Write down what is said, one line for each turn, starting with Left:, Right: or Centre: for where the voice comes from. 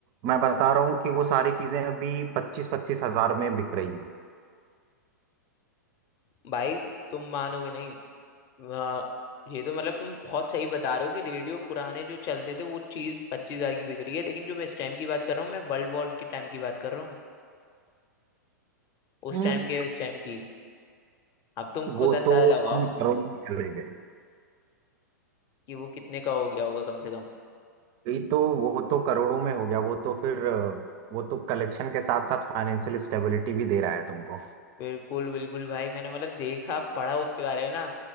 Right: मैं बता रहा हूँ कि वो सारी चीजें अभी पच्चीस पच्चीस हजार में बिक रही हैं
Left: भाई तुम मानोगे नहीं वाह, ये तो मतलब तुम बहुत सही बता रहे हो कि रेडियो पुराने जो चलते थे वो चीज पच्चीस हजार की बिक रही है लेकिन जो मैं स्टैम्प की बात कर रहा हूँ मैं वर्ल्ड वॉर के टाइम की बात कर रहा हूँ उस
Right: हम्म,
Left: टाइम के स्टैम्प की अब तुम
Right: वो
Left: खुद अंदाजा
Right: तो तुम
Left: लगाओ
Right: करोड़ में चले गए
Left: कि वो कितने का हो गया होगा कम से कम
Right: ये तो वो तो करोड़ों में हो गया वो तो फिर अ, वो तो कलेक्शन के साथ साथ फाइनेंशियल स्टेबिलिटी भी दे रहा है तुमको
Left: बिल्कुल बिल्कुल भाई मैंने मतलब देखा पढ़ा उसके बारे में ना